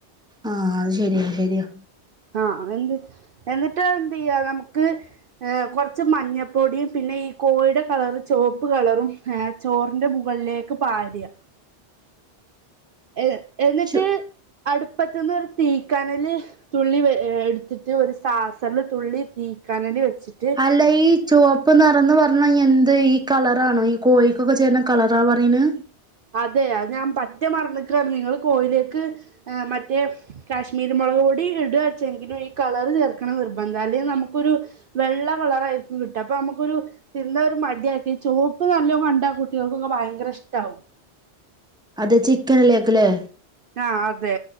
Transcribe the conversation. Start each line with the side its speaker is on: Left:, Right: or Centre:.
Centre: ആഹ് അത് ശരിയ ശരിയാ.
Right: ആഹ് എന്ത് എന്നിട്ട് എന്ത്യ്യാ നമുക്ക് കൊറച്ച് മഞ്ഞപ്പൊടിയും പിന്നെ ഈ കോഴിടെ കളറ് ചുവപ്പ് കളറും ഹേ ചോറിന്റെ മുകളിലേക്ക് പാരാ ഏ എന്നിട്ട്
Centre: ശോ
Right: അടുപ്പത്ത്ന്ന് ഒരു തീക്കനല് തുള്ളി വെ എടുത്തിട്ട് ഒരു സാസറില് തുള്ളി തീക്കാനൽ വെച്ചിട്ട്
Centre: അല്ല ഈ ചോപ്പ പ്പ് നെറംന്ന് പറഞ്ഞാൽ എന്ത് ഈ കളറാണോ? ഈ കോയിക്കൊക്കെ ചേരുന്ന കളറാ പറീണ്
Right: അതെ അത് ഞാൻ പറ്റേ മറന്നിക്കാണ്. നിങ്ങള് കോയിലേക്ക് ഏ മറ്റേ കാശ്മീരി മൊളക് പൊടി ഇടാച്ചെങ്കിലും ഈ കളർ ചേർക്കണ നിർബന്ധ. അല്ലെങ്കിൽ നമുക്കൊരു വെള്ള കളറായിരിക്കും കിട്ട അപ്പൊ നമുക്കൊരു തിന്ന ഒരു മടിയാക്കി ഈ ചോപ്പ് നല്ലോ കണ്ടാ കുട്ടേൾക്കൊക്കെ ഭയങ്കര ഇഷ്ട്ടാകും
Centre: അത് ചിക്കനിലേക്ക്ല്ലേ?
Right: ആഹ് അതെ